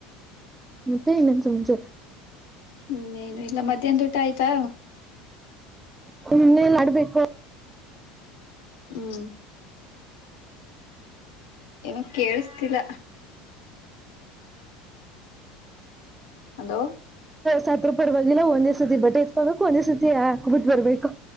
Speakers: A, on the right; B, on the left.
A: ಮತ್ತೆ ಏನು ಸಮಾಚಾರ
B: ಹ್ಮ್ೇನು ಇಲ್ಲ ಮಧ್ಯಾಹ್ನ ಊಟ ಆಯ್ತಾ
A: ಮನ್ನೆಲ್ಲ ಆಡ್ಬೇಕು
B: ಹ್ಮ್ ಏನೋ ಕೇೇಳಸ್ತಿಲ್ಲ ಅಲೋ
A: ಸಾತ್ರುಪರ್ವಾಗಿಲ್ಲ ಒಂದೇ ಸರ್ತಿ ಬಟ್ಟೆ ಇಸ್ಕೋಬೇಕು ಒಂದೇ್ ಸರ್ತಿ ಹಾಕ್ಬಿಟ್ಟ ಬರ್ಬೇಕು